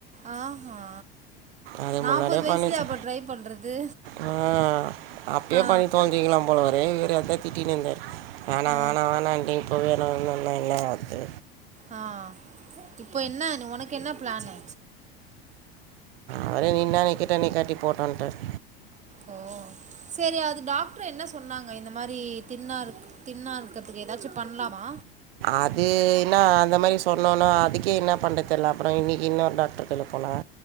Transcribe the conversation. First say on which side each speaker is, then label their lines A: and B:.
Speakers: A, on the right (about 25°); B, on the right (about 70°).
A: ஆ ஹா
B: அது
A: நாப்பது
B: முன்னாடியே
A: வயசுலயா
B: பண்ணிச்சு
A: அப்ப ட்ரை பண்றது
B: ஆ அப்பயே
A: ஆ
B: பண்ணி தொழஞ்சிக்கலா போல வரே இவரு அதா திட்டின் இருந்தாரு ஆனா
A: ஆ
B: வேணா வேணானு இப்ப வேணும்னா என்ன ஆகுது
A: ஆ இப்போ என்ன நீ உனக்கு என்ன பிளானு
B: அவரே நிண்ணா நிக்கட்டும் நிக்காட்டி போட்டுன்ட்டாரு
A: ஓ சேரி அது டாக்டர் என்ன சொன்னாங்க இந்த மாரி தின்னா இருக் தின்னா இருக்கதுக்கு ஏதாச்சு பண்லாமா
B: அது என்னா அ அந்த மேரி சொன்னோன்னா அதுக்கே என்ன பண்ணறது தெரியல அப்புறம் இன்னைக்கு இன்னொரு டாக்டர் கிட்ட போனா